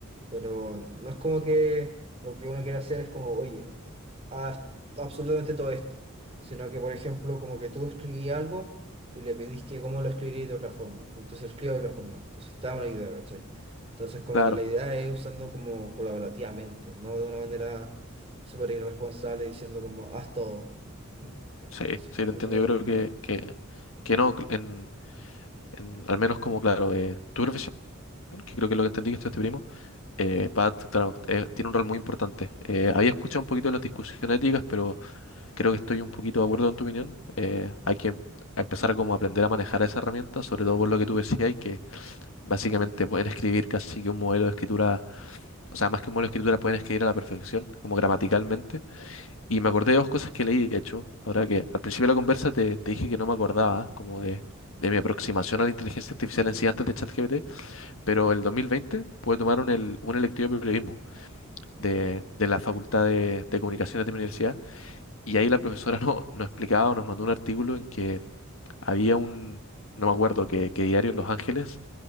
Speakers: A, on the right; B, on the left.
A: Pero no es como que lo que uno quiere hacer es como, oye, eh, haz absolutamente todo esto. Sino que, por ejemplo, como que tú escribí algo y le pedís que cómo lo escribí de otra forma. Y entonces escribo de otra forma. Entonces te da una idea, ¿cachai? Entonces como
B: claro.
A: que la idea es usando como colaborativamente, no de una manera súper irresponsable diciendo como, haz todo. Mm,
B: Sí,
A: Eso,
B: sí, te entiendo.
A: eso es lo
B: Yo
A: que opino.
B: creo que, que, que no, en, en- al menos como claro, eh, tu profesión que creo que es lo que entendí que esto es este primo, eh, Bat, claro, eh, tiene un rol muy importante. Eh, había escuchado un poquito de las discusiones éticas, pero creo que estoy un poquito de acuerdo en tu opinión. Eh, hay que empezar como a aprender a manejar esa herramienta, sobre todo por lo que tú decías, y que básicamente pueden escribir casi que un modelo de escritura, o sea, más que un modelo de escritura, pueden escribir a la perfección, como gramaticalmente. Y me acordé de dos cosas que leí, de hecho, ahora que al principio de la conversa te, te dije que no me acordaba, como de, de mi aproximación a la inteligencia artificial en sí antes de ChatGPT pero el 2020 pude tomar un, el- un electivo de periodismo de, de la Facultad de, de Comunicaciones de mi universidad y ahí la profesora <laughs> no, nos explicaba, nos mandó un artículo en que había un, no me acuerdo qué qué diario en Los Ángeles,